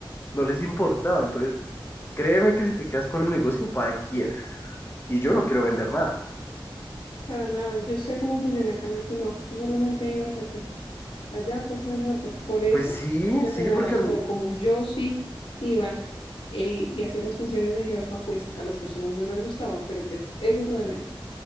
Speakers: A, on the left; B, on the left.
A: no les importaba. Entonces, créeme que si te quedas con el negocio, va de quiebra. Y yo no quiero vender nada.
B: Para nada, yo sé cómo funciona, en cambio tú no. Tú solamente ibas a qué, allá a pasar el rato. Por eso
A: Pues sí,
B: tú les
A: sí,
B: agradabas,
A: porque a mí,
B: pero como yo sí iba eh, y hacía las funciones de jefa, pues a las personas no les gustaba, pero pues eso es lo de menos.